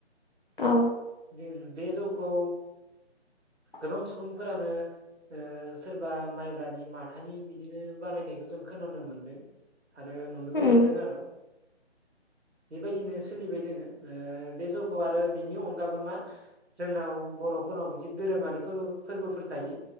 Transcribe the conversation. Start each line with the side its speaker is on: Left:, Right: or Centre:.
Left: औ
Right: बे बे जौखौ
Left: <unintelligible>
Right: गोबां सुबुंफोरानो ओ सोरबा माइब्रानि माथानि बिदिनो बानायनाय बेखौ जों खोनानो मोनदों आरो नुनोबो
Left: उम
Right: मोनदों आर'। बेबायदिनो सोलिबाय दोङो ओ बे जौखौ आरो बिनि अन गाबो मा जोंनाव बर'फोरनाव मोनसे दोरोङारि फोरबो फोरबोफोर थायो।